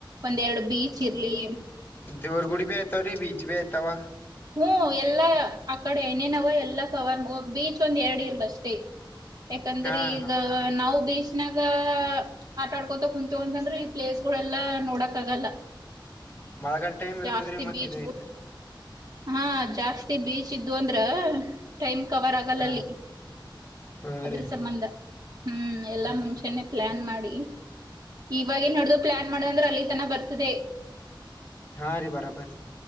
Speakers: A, on the right (about 50°); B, on the left (about 25°).
A: ಒಂದ್ ಎರಡು ಬೀಚ್ ಇರ್ಲಿ.
B: ದೇವರ್ ಗುಡಿಬಿ ಇರತಾವರಿ ಬೀಚ್ ಬೆ ಇರತಾವ್
A: ಹ್ಮ್ ಎಲ್ಲಾ ಆ ಕಡೆ ನೇನವ ಎಲ್ಲಾ ಕವರ್ ಬೀಚ್ ಒಂದ್ ಎರಡ್ ಇರ್ಲ ಅಷ್ಟೇ ಯಾಕಂದ್ರೆ
B: ಹಾ
A: ಈಗ..
B: ಹಾ
A: ನಾವು ಬಿಜ್ನ್ಯಾಗ ಆಟ ಆಡ್ಕೋತ ಕುಂತೇವು ಅಂಥ ಅಂದ್ರ ಈ ಪ್ಲೇಸ್ಗೊಲ್ಲೆಲ ನೋಡಕ್ ಆಗಲ್ಲ.
B: ಅಳಗಾಲ ಟೈಮ್ ಇರ್ತಾಧ್ರಿ
A: ಜಾಸ್ತಿ
B: ಮತ್
A: ಬೀಚ್
B: ಇದೇ.
A: ಹಾ ಜಾಸ್ತಿ ಬೀಚ್ ಇದ್ದವ ಅಂದ್ರ ಟೈಮ್ ಕವರ್ ಆಗಲ್ಲಲ್ಲಿ
B: ಹಾ
A: <inaudible>
B: ಹಾ
A: ಅದ್ರ
B: ರೀ ಹಾ
A: ಸಂಬಂಧ ಹ್ಮ ಎಲ್ಲ
B: ಹ್ಮ್
A: ಮುಂಚೆನೆ ಪ್ಲಾನ್ ಮಾಡಿ <inaudible> ಇವಾಗಿನಾಡ್ಡು ಪ್ಲಾನ್ ಮಾಡ್ದ ಅಂದ್ರೆ ಅಲ್ಲಿ ತನ ಬರ್ತದೆ.
B: ಹಾ ರೀ ಬರಾಬರ